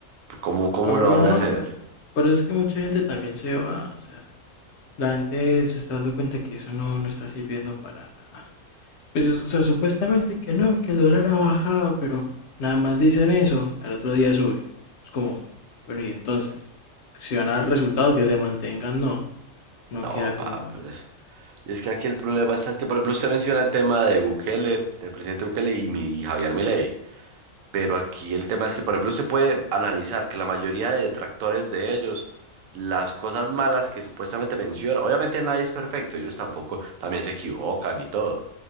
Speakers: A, on the right; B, on the left.
A: ¿Cómo, cómo
B: Ahora,
A: lo van a hacer?
B: pero es que mucha gente también se va, o sea, la gente se está dando cuenta que eso no, no está sirviendo para nada. Pues, o sea, supuestamente que no, que el dólar ha bajado, pero nada más dicen eso, al otro día sube. Es como, bueno, y entonces, si van a dar resultados que se mantengan, no, no
A: No,
B: queda como,
A: pa, pues, Y es que aquí el problema está es que, por ejemplo, usted menciona el tema de Bukele, del presidente Bukele y mi y Javier Milei. Pero aquí el tema es que, por ejemplo, usted puede analizar que la mayoría de detractores de ellos, las cosas malas que supuestamente mencionan obviamente nadie es perfecto, ellos tampoco también se equivocan y todo.